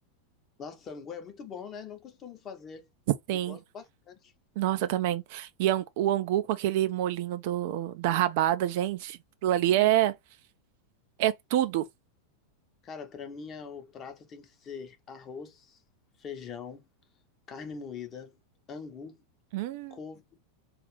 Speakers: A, on the left (about 30°); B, on the right (about 50°).
A: Nossa, sangue é muito bom, né? Não costumo fazer
B: Sim.
A: e gosto bastante.
B: Nossa, também. E ang- o angu com aquele molhinho do, da rabada, gente. Aquilo ali
A: Hum.
B: é é tudo.
A: Cara, pra mim é- o prato tem que ser arroz, feijão, carne moída, angu,
B: Hum,
A: couve